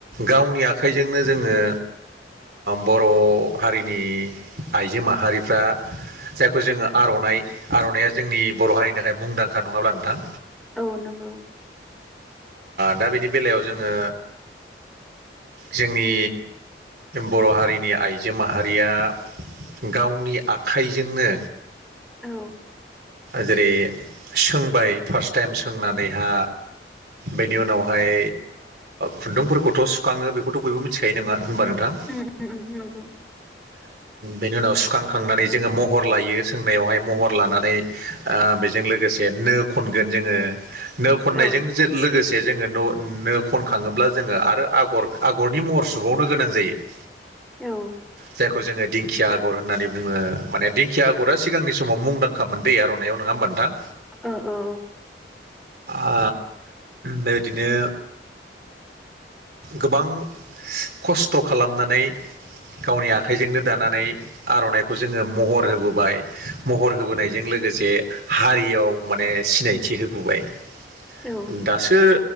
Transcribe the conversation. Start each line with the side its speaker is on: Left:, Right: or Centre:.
Right: गावनि आखाइजोंनो जोंङो बर' हारिनि आइजो माहारिफ्रा जायखौ जोंङो आर'नाइ आर'नायइा जोंनि बर' हारिनि थाखाय मुंदांखा नंङाब्ला नोंथां
Centre: औ नंगौ
Right: दा बेनि बेलायाव जोंङो जोंनि बर' हारिनि आइजो माहारिया गावनि आखाइजोंनो
Centre: औ
Right: जेरै सोंबाय फार्स्ट टाइम सोंनानैहा बेनि उनावहाय खुन्दुंफोरखौथ' सुखाङो बेखौथ' बयबो मिथिखायो नङा होनबा नोंथां <unintelligible>
Centre: उम उम नंगौ
Right: बेनि उनाव सुखांखांनानै जोङो महर लायो सोंनायावहाय महर लानानै बेजों लोगोसे नो खनगोन जोंङो नो खननायजों
Centre: औ
Right: जो लोगोसे जोङो न' नो खनखाङोब्ला जोङो आरो आगर आगरनि महर सुबावनो गोनां जायो <unintelligible>
Centre: औ
Right: जायखौ जोंङो दिंखिया आगर होननानै बुंङो माने दिंखिया आगरा सिगांनि समाव मुंदांखा मोन दै आर'नाइाव नंङा होमबा नोंथां
Centre: ओ
Right: ओ बेबायदिनो गोबां खस्थ' खालामनानै गावनि आखाइजोंनो दानानै आर'नाइखौ जोंङो महर होबोबाय महर होबोनाय हारियाव माने सिनायथि होबोबाय दा
Centre: औ
Right: दासो